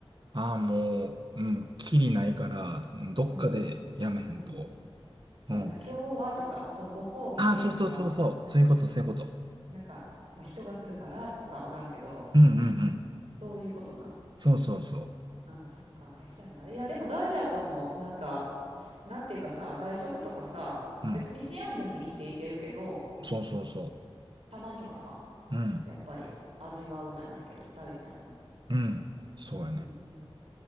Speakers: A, on the right; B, on the right.
A: ああ、もう、うん、きりないから、うんどっかでやめへんと。
B: うん。うん。そうやんな、
A: うん。
B: 今日はとか、そのご褒美でとか、
A: ああ、そうそうそうそう。そういうこと、そういうこと。
B: なんか、まあ、人が来るからとかわからんけど、
A: うん、うん、うん。
B: そういうことな。
A: そうそうそ
B: ああ、そっか、へそやな。いや、でも大事やと思う。なんか、すなんていうかさ、外食とかさ、
A: う。
B: 別に思案でも生きていけるけど、
A: うん。そうそうそう。
B: たまにはさ、
A: うん、
B: やっぱり味わうじゃないけど、大事やんな。
A: うん、そうやね。
B: うんうん。